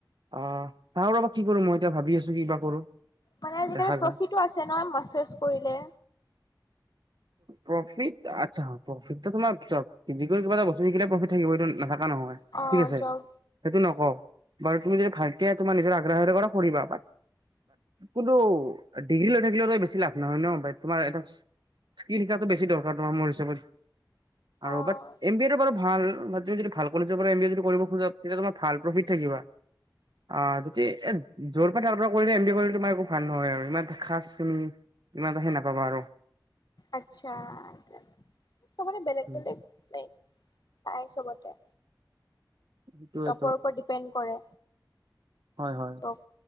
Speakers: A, on the right; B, on the left.
A: অ', চাওঁ ৰ কি কৰো মই এতি ভাবি আছো কিবা কৰো।
B: মানে আজিকালি
A: দেখা
B: প্ৰফিট
A: যাক।
B: আছে না মাচাছ কৰিলে।
A: প্ৰফিট আচ্ছা প্ৰফিট ত তোমাৰ চ কৰি কিবা এটা বস্তু শিকিলে প্ৰফিট থাকিবতটো নাথকা নহয়,
B: অ'
A: ঠিক আছে?
B: জব
A: সেইটো নক বাৰু তুমি যদি ভালকে তোমাৰ নিজৰ আগ্ৰৰে কৰা কৰিবা বাত, কিন্তু ডিগ্ৰী লৈ থাকিলেও বেছি লাভ নহয় ন তোমাৰ এটো স্কিল শিকাটো বেছি দৰকাৰ তোমাৰ মোৰ হিচাপত। আৰু
B: অ'
A: বাট এম বি এটো বাৰু ভাল। তুমি যদি ভাল কলেজৰ পৰা এম বি এ যদি কৰিব খোজা তেতিয়া তোমাৰ ভাল প্ৰফিট থাকিবা, আহ জতি এ যৰ পৰা তাৰ পৰা কৰিলে এম বি এ কৰিলে তোমাৰ একো ভাল নহয় আৰু ইমান খাচ তুমি ইমান এ নাপাবা আৰু।
B: আচ্ছা চবৰে বেলেগ
A: উম,
B: বেলেগ নাই। চাই চবতে।
A: সেইটোৱেতো
B: টপৰ ওপৰত ডিপেণ্ড কৰে।
A: হয় হয়।
B: চ'